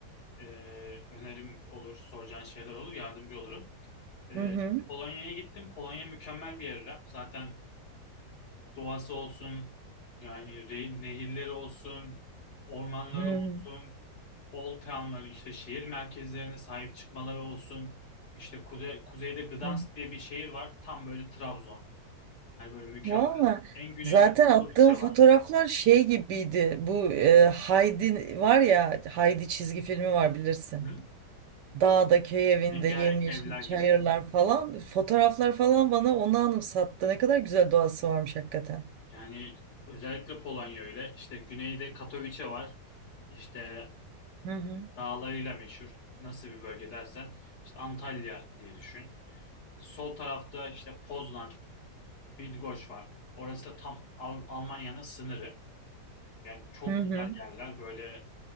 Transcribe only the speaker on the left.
e, önerim olur, soracağın şeyler olur, yardımcı olurum. E,
şimdi Polonya'ya gittim. Polonya mükemmel bir yer. İrem. Zaten doğası olsun, yani re- nehirleri olsun, ormanları
olsun, old town'ları işte şehir merkezlerine sahip çıkmaları olsun. İşte kuze- kuzeyde Gdansk
diye bir şehir var. Tam böyle Trabzon. Yani böyle mükemmel.
En güneyde
Katowice
var.
Hı hı.
Rengarenk
evler
gibi mi?
Yani özellikle Polonya öyle. İşte güneyde Katowice var. İşte
dağlarıyla meşhur. Nasıl bir bölge dersen. işte Antalya diye düşün. Sol tarafta işte Poznan, Bydgoszcz var. Orası da tam Al- Almanya'nın sınırı. Yani çok
güzel yerler. Böyle